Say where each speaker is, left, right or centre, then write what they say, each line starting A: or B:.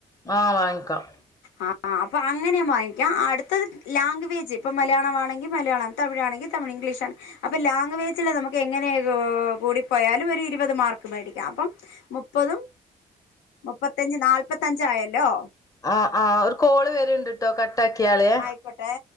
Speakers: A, on the left; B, on the left.
A: ആ വാങ്ങിക്കാം
B: ആ അപ്പോ ആണ് ങ്ങനെ വാങ്ങിക്കാ. അടുത്തത് ലാംഗ്വവേജ് ഇപ്പം മലയാളമാണെങ്കിൽ മലയാളം. തമിഴാണെങ്കിൽ തമിഴ്. ഇംഗ്ലീഷ് ആ. അപ്പോ ലാംഗ്വവേജില് നമുക്കെങ്ങനെക്കോ കൂടിപ്പോയാലും ഒരു ഇരുപത് മാർക്ക് മേടിക്കാം. അപ്പം മുപ്പതും മുപ്പത്തഞ്ച് നാല്പത്തഞ്ചായല്ലോ.
A: ആ ആ ഒരു കോള് വരുണ്ട്ട്ടോ കട്ടാക്കിയാളെ
B: ആയിക്കോട്ടെ